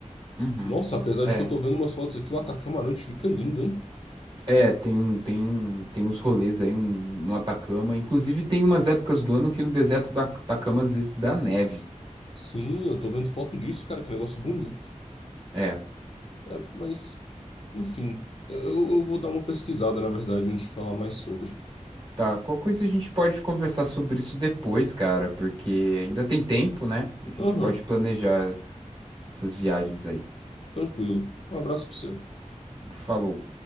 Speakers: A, on the right (about 40°); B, on the left (about 50°).
A: Uhum.
B: Nossa, apesar
A: É.
B: de que eu tô vendo umas fotos aqui, o Atacama à noite fica lindo, hein?
A: É, tem, um, tem, um, tem uns rolês aí um, no Atacama. Inclusive, tem umas épocas do ano que no deserto do Atacama às vezes dá neve.
B: Sim, eu tô vendo foto disso, cara, que negócio bonito.
A: É,
B: É, mas, enfim, eu, eu vou dar uma pesquisada, na verdade, antes de falar mais sobre.
A: tá. Qual coisa a gente pode conversar sobre isso depois, cara? Porque ainda tem tempo, né? A gente
B: Aham,
A: pode planejar essas viagens aí.
B: tranquilo. Um abraço pra você.
A: Falou.